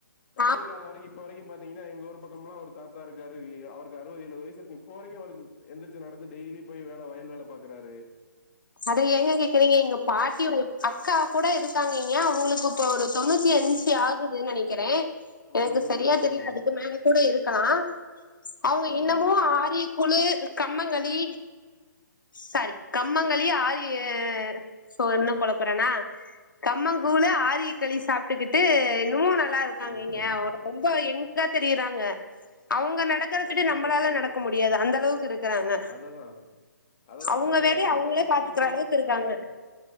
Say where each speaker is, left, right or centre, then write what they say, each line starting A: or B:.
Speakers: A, on the left; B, on the left.
A: கடைசி
B: ஆ
A: கால வரைக்கு இப்ப வரைக்கு பாத்தீங்கன்னா எங்க ஊரு பக்கம்லா ஒரு தாத் தா இருக்காரு அவருக்கு அறுபது ஏழுபது வயசு இருக்கு இப்போ வரைக்கு அவருக்கு எந்திரிச்சு நடந்து டெய்லி போய் வேல வயல் வேல பாக்குறாரு
B: அத ஏங்க கேக்குறீங்க எங்க பாட் டியோட அக்கா கூட இருக்காங்க ஏ அவுங்களுக்கு இப்ப ஒரு தொண்ணூத்தி அஞ்சி ஆகுதுன் நெனக்கிறே எனக்கு
A: ம்.
B: சரியா தெரியல அதுக்கு மேல கூட இருக்கலா அவுங்க
A: ஆமா
B: இன்னமு
A: ஆமா
B: ஆரிய கூழ் கம்மங்களி சாரி கம்மங்களி ஆரி ய சோ இன்னு கொழப்புறேனா கம்மங்கூழ் ஆரியக்களி சாப்ட்டுக்கிட்டு இன்னமு நல்லா இருக்காங்க
A: ம்
B: இங்க ஒரு ரொம்ப எங்கா தெரியுறாங்க அவுங்க நடக்குறதுக்கு
A: கண்டிப்பா
B: நம்மளால
A: கண்டிப்பாங்க
B: நடக்க முடியாது அந்த அளவுக்கு இருக் குறாங்க
A: அததா அததா
B: அவுங்க
A: சொல்ல
B: வேலைய
A: வரே அப்ப
B: அவுங்களே
A: இருந்தவங்க
B: பாத்துக்குற
A: நெறைய
B: அளவுக்கு இருக்காங்க
A: ஆ